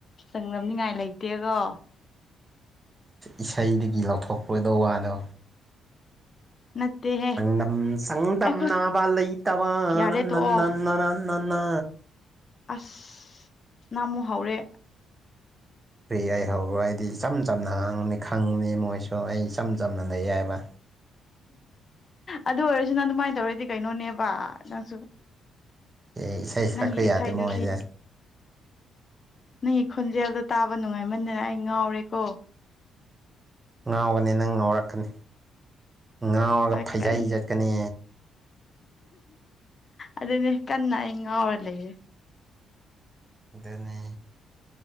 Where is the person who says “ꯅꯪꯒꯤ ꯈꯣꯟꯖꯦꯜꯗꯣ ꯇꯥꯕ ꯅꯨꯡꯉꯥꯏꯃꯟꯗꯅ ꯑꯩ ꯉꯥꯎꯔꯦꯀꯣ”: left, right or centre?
Left